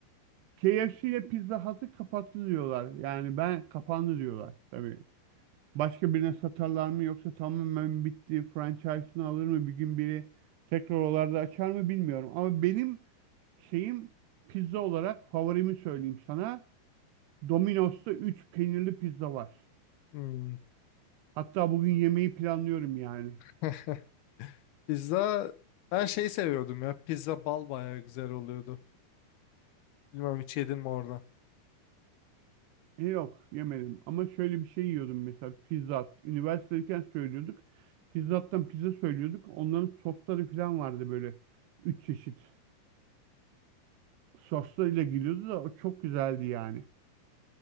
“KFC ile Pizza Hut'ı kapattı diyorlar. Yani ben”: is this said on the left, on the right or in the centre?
Right